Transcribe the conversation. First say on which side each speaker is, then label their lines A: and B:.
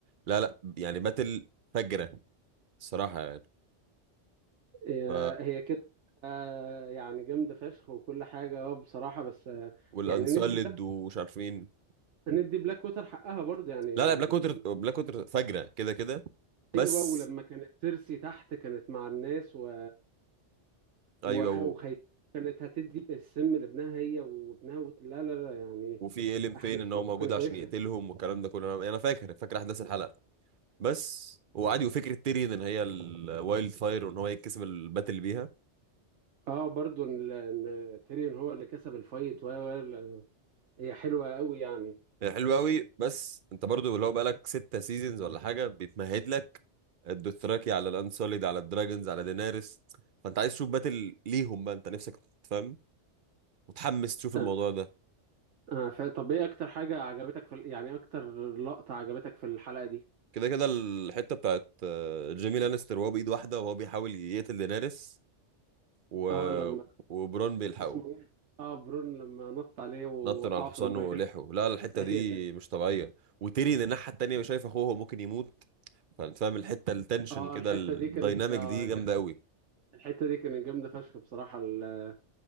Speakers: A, on the right; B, on the right.
A: لا لا يعني باتل فجرة الصراحة يعني
B: آه،
A: ف
B: هي كده آه، يعني جامدة فشخ وكل حاجة اه بصراحة بس آه،
A: والانسولد
B: يعني ندي
A: ومش عارف مين
B: ندي بلاك ووتر حقها برضه يعني
A: لا لا بلاك
B: ال...
A: ووتر بلاك ووتر فجرة كده كده بس
B: ايوه ولما كانت سيرسي تحت كانت مع الناس و... وخ...
A: ايوه و...
B: وخايفة كانت هتدي بالسم لابنها هي وابنها وت... لا لا لا يعني
A: وفي ايلين فين
B: احداث
A: ان هو
B: برضه
A: موجود
B: كانت
A: عشان
B: كويسه
A: يقتلهم والكلام ده كله انا أنا فاكر فاكر احداث الحلقة بس وعادي وفكرة تيريون ان هي الوايلد فاير وان هو يتكسب الباتل بيها
B: اه برضه ان إن تيريون هو اللي كسب الفايت و و- ال- هي حلوه قوي يعني
A: هي حلوة قوي بس انت برضو لو بقالك ستة سيزونز ولا حاجة بيتمهد لك الدوثراكي على الانسوليد على الدراجونز على دينارس فانت عايز تشوف باتل ليهم بقى انت نفسك تفهم متحمس تشوف الموضوع
B: آه.
A: ده
B: آه. ف... طب ايه اكتر حاجه عجبتك في ال- يعني اكتر لقطه عجبتك في الحلقه دي
A: كده كده الحتة بتاعت آه، جيمي لانستر وهو بإيد واحدة وهو بيحاول يقتل دينارس و...
B: اه لما
A: وبرون بيلحقه
B: اسمه ايه اه برون لما نط عليه ووقعه
A: نطن على الحصان
B: في الميه
A: ولحقه لا الحتة
B: <laughs> ايوه
A: دي مش طبيعية وتيريون الناحية التانية شايف اخوه ممكن يموت فانت فاهم الحتة التنشن
B: اه
A: كده
B: الحته
A: الدايناميك
B: دي كانت آه
A: دي جامدة
B: كانت
A: قوي
B: الحته دي كانت جامده فشخ بصراحه ال-